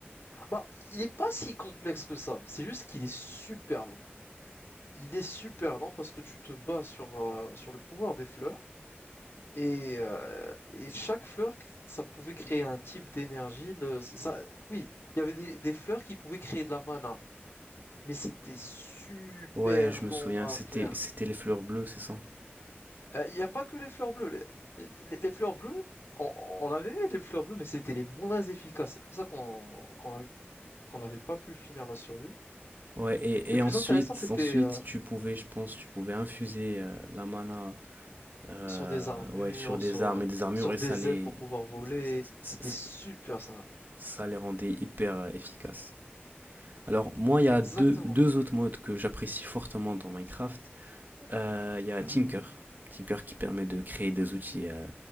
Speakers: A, on the left; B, on the right.
A: Bah, il est pas si complexe que ça, c'est juste qu'il est super long. Il est super lent parce que tu te bats sur, euh, sur le pouvoir des fleurs et, euh, et chaque fleur, ça pouvait créer un type d'énergie. le- Ça, oui, il y avait des, des fleurs qui pouvaient créer de la mana, mais c'était super
B: Ouais, je
A: long
B: me souviens, c'était,
A: à faire.
B: c'était les fleurs bleues, c'est ça?
A: Euh, Il n'y a pas que les fleurs bleues. Les, les- les fleurs bleues, on, on avait vu les fleurs bleues, mais c'était les moins efficaces. C'est pour ça qu'on qu'on avait- qu'on n'avait pas pu finir la survie.
B: Ouais, et,
A: Les
B: et
A: plus
B: ensuite,
A: intéressants, c'était
B: ensuite,
A: euh,
B: tu pouvais, je pense, tu pouvais infuser euh, la mana euh,
A: sur des armures,
B: ouais, sur des
A: sur,
B: armes
A: euh,
B: et des armures
A: sur
B: et
A: des
B: ça les,
A: ailes pour pouvoir voler.
B: ça,
A: C'était super ça.
B: ça les rendait hyper euh, efficaces. Alors moi, il y a
A: Exactement.
B: deux, deux autres modes que j'apprécie fortement dans Minecraft. Euh, Il y a Tinker. Tinker qui permet de créer des outils euh,